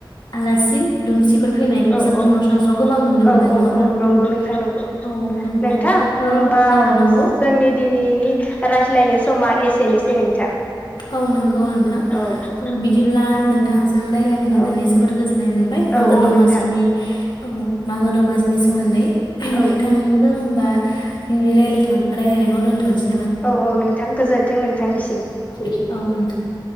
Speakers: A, on the left; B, on the left.
A: आलासि दुमसि फोर फैनायखौ
B: औ
A: जों
B: औ
A: बर' सामासआव गोबां नुनो
B: औ
A: मोनो नङा
B: औ
A: होमबा
B: औ
A: नोंथां
B: नंगौ नंगौ
A: औ नंगौ
B: नोंथां
A: ओ
B: होमबा
A: औ नंगौ
B: जोंनि दिनैनि रायज्लायनाय समा एसेनोसै नोंथां
A: औ नोंगौ औ नोंथां
B: औ औ
A: ओ बिदिब्ला नोंथांजों रायलायनो मोननानै
B: औ
A: जोबोद गोजोननाय मोनबाय
B: औ
A: आंगो
B: औ
A: दमासिनि
B: नोंथां
A: औ मागो दमासिनि सोमोन्दै
B: औ
A: नोंथांबो <unintelligible> रायलायनायखौ दोनथ'नसै
B: औ औ नोंथां गोजोन्थों नोंथांनिसिम
A: औ‌ नोंथां